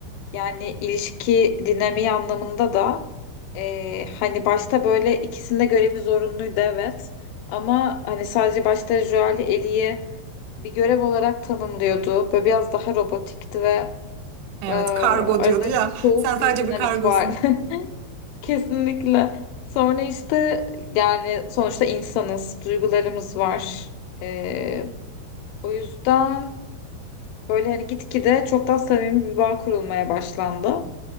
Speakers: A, on the left; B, on the right.
A: yani ilişki dinamiği anlamında da e, hani başta böyle ikisinde görevi zorunluydu evet ama hani sadece başta Joel Ellie'yi bir görev olarak tanımlıyordu. Böyle biraz daha robotikti ve
B: Evet
A: e, aralarında
B: kargo diyordu ya.
A: soğuk
B: Sen sadece
A: bir dinamik
B: bir kargosun.
A: var. <laughs> Kesinlikle. Sonra işte yani sonuçta insanız, duygularımız var. Ee, o yüzden böyle hani gitgide çok daha samimi bir bağ kurulmaya başlandı.